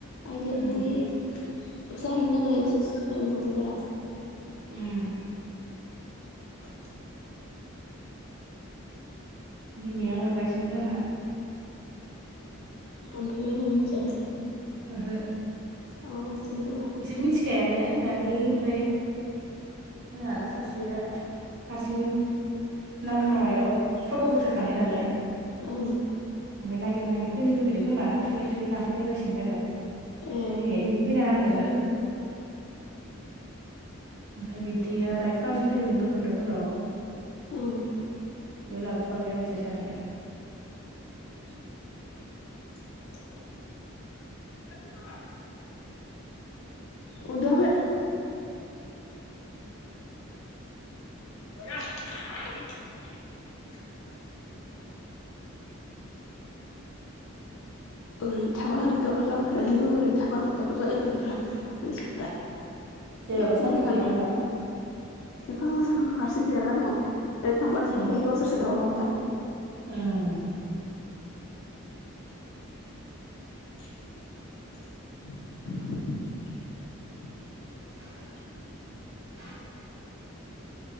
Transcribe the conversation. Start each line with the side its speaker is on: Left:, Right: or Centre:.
Left: आइदिया
Right: उम
Left: माने जाहैनो नागेरो एक्सारसाइस खालामथ' आखै बारा
Right: उम
Left: <inaudible>
Right: बिमाया हरगासिनो जोंहा
Left: मनफयबाय होनना मिथियाखै
Right: ओहो
Left: औ ओंखायनो खोमा
Right: बिसोर मिथिखायानो दानि ओमफाय जोंहाना सासे हारसिंनो नाम माबायाव फट' होखाखानाय नालाय
Left: औ।
Right: ओमबाय नागिरागिर फैनो लुगैदो खोमा थुयैु थुयै लांफै होनगासिनो आरो।
Left: ए
Right: बिमाया दिनै फैनाङा होनदोंमोन। ओमफ्राय बिबथैया बाइक फाहामनो फैदोंमोन बैखुन्न्द'फोराव
Left: ओं
Right: बियाव लाब आरो बिसोर सानै स्रि
Left: <unintelligible> उन्दुआखै <unintelligible> ओरै थाबा ओरैदावराव जाफायो ओरै थाबा ओरै दावराव जाफैयब्रा मानसिफ्रा
Right: जेरावबो
Left: एफा
Right: सान्थि
Left: मोजां
Right: गैया नामा?
Left: एफा मोजां हारसिं जिरायना दं। ओरै थांबा
Right: उम
Left: थांफायो गावसोरसो दावराव ओमफ्राय
Right: उम
Left: <unintelligible>
Right: <unintelligible>